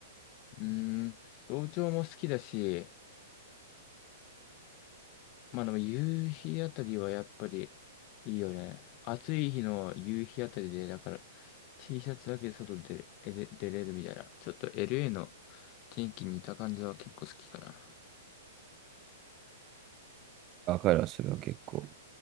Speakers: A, on the left; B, on the right.
A: うーん。早朝も好きだし、まあでも夕日あたりはやっぱりいいよね。暑い日の夕日あたりで、だから T シャツだけで外でえで出れるみたいな。ちょっと LA の天気に似た感じは結構好きかな。
B: わかるわ、それは結構。